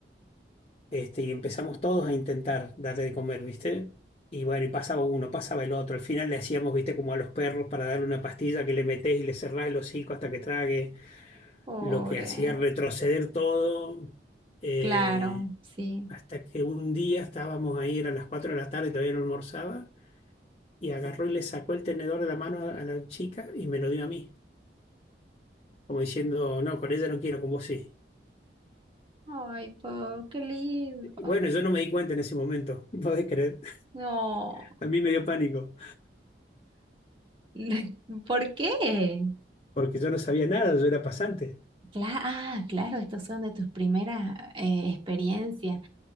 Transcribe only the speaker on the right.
Pobre.
Claro, sí.
Ay, po, qué lindo.
No.
<laughs> ¿Por qué?
Cla- ah, claro, estos son de tus primeras eh, experiencias.